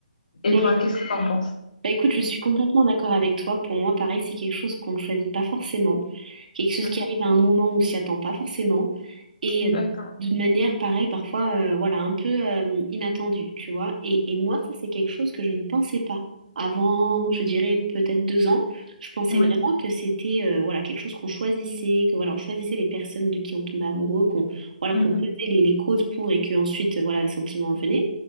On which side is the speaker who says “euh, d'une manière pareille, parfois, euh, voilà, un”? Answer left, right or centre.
Right